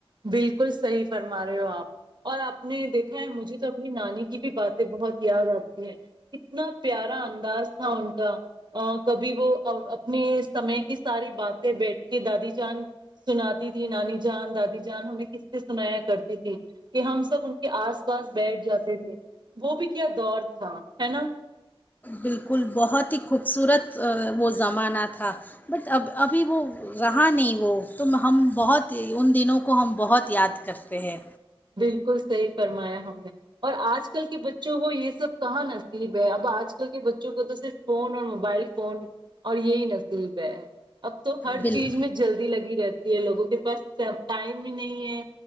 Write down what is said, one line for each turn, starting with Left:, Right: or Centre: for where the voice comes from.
Right: بالکل صحیح فرما رہے ہو آپ اور آپ آپ نے دیکھا ہے مجھے تو اپنی نانی کی بھی باتیں بہت یاد آتی اتنا پیارا انداز تھا ان کا کبھی وہ اپنے سمے کی ساری باتیں بیٹھ کے دادی جان سناتی تھی نانی جان دادی جان ہمیں قصے سنایا کرتی تھی کہ ہم سب ان کے آس پاس بیٹھ جاتے تھے وہ بھی کیا دور تھا ہے نا
Left: بالکل بہت ہی خوبصورت وہ زمانہ تھا بٹ اب ابھی وہ رہا نہیں وہ تو ہم بہت ان دنوں کو ہم بہت یاد کرتے ہیں
Right: بالکل صحیح فرمایا ہم نے اور آج کل کے بچوں کو یہ سب کہاں نصیب ہے اب آج کل کے بچوں کو تو صرف فون اور موبائل فون اور یہی نصیب ہے اب تو ہر
Left: بل
Right: چیز میں جلدی لگی رہتی یہ لوگوں کے پاس ٹائم بھی نہیں ہے